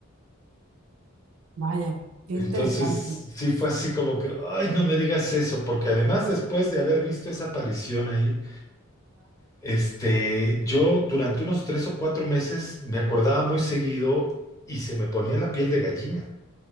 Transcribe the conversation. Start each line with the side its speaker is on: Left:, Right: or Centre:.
Right: Vaya, qué
Left: Entonces,
Right: interesante.
Left: sí fue así como que, ay, no me digas eso, porque además después de haber visto esa aparición ahí, Este, yo durante unos tres o cuatro meses me acordaba muy seguido y se me ponía la piel de gallina.